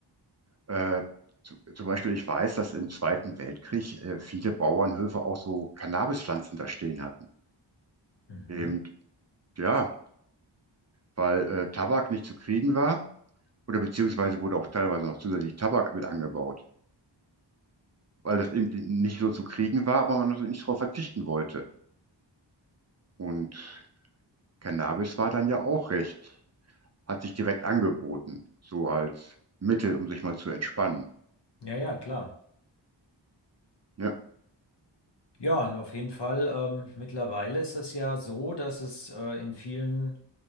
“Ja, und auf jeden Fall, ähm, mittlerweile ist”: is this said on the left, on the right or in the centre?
Left